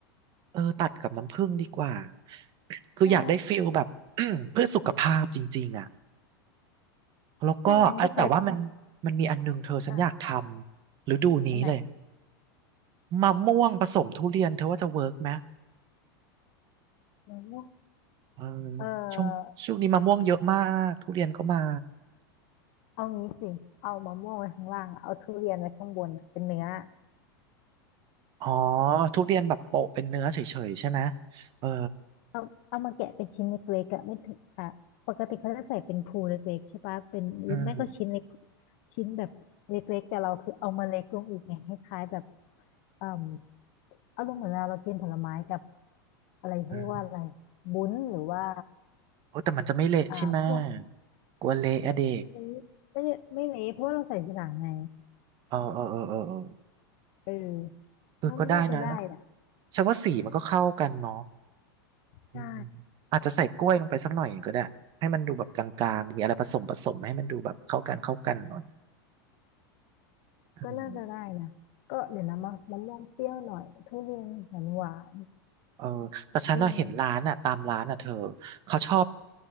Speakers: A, on the right; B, on the left.
A: เออตัดกับน้ำผึ้งดีกว่าคืออยากได้ฟิลแบบ
B: ใช่
A: <clears throat> เพื่อสุขภาพจริงๆอ่ะแล้วก็อ่ะแต่ว่ามันมันมีอันหนึงเธอฉันอยากทำฤดูนี้เลย
B: ใช่งั้นก็ใช้อ่ะอันไหน
A: มะม่วงผสมทุเรียนเธอว่าจะเวิร์กไหม
B: มะม่วง
A: เออ
B: เออ
A: ช่วงช่วงนี้มะม่วงเยอะมากทุเรียนก็มา
B: เอางี้สิเอามะม่วงไว้ข้างล่างอะเอาทุเรียนไว้ข้างบนอะเป็นเนื้อ
A: อ๋อทุเรียนแบบโปะเป็นเนื้อเฉยๆใช่ไหมเออ
B: เอาเอามาแกะเป็นชิ้นเล็กๆอะไม่ถึงอ่ะปกติเขาจะใส่เป็นภูเล็กๆใช่ปะเป็นหรือไม่ก็ชิ้นเล็ก
A: อืม
B: ชิ้นแบบเล็กๆแต่เราคือเอามาเล็กลงอีกไงคล้ายๆแบบเอ่มเอาลงเหมือนเราเรากินผลไม้กับอะไรเขาเรียกว่าอะไร
A: อืม
B: บุ้นหรือว่า
A: โอ้แต่มันจะไม่เละใช่ไหม
B: อ่าพวก
A: กลัวเละอะเด
B: นี้ไม่ได้ไม่เละเพราะว่าเราใส่ทีหลังไง
A: เออเออเออเออเออ
B: เออ
A: เออก็ได้นะ
B: ถ้ามันน่าจะได้นะ
A: ฉันว่าสีมันก็เข้ากันเนาะอืม
B: ใช่
A: อาจจะใส่กล้วยลงไปสักหน่อยก็ได้ให้มันดูแบบกลางๆมีอะไรผสมผสมให้มันดูแบบเข้ากันเข้ากันหน่อยอืม
B: ก็น่าจะได้นะก็เดี๋ยวนะมะมะม่วงเปรี้ยวหน่อยทุเรียนหวานหวาน
A: เออแต่ฉันน่ะเห็นร้านอ่ะตามร้านอ่ะเธอ
B: เออ
A: เขาชอบ